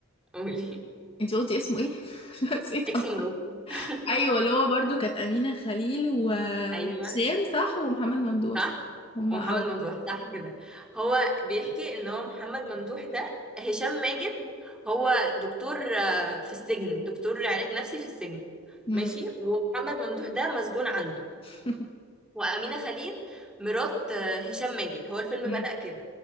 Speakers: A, in the centre; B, on the left (about 25°).
A: قولي
B: انتي قلتي اسمه ايه <laughs> نسيت
A: اكس
B: اصلا
A: مراتي <laughs>
B: ايوه اللي هو برضو كانت امينه خليل و-
A: ايوه
B: وهشام صح ومحمد ممدوح
A: صح
B: صح هما
A: ومحمد
B: اه
A: ممدوح صح كده هو بيحكي ان هو محمد ممدوح ده هشام ماجد هو دكتور آه، في السجن دكتور علاج نفسي في السجن
B: مم.
A: ماشي ومحمد ممدوح ده مسجون عنده
B: <laughs>
A: وأمينة خليل مرات آه، هشام ماجد هو الفيلم
B: تمام.
A: بدأ كده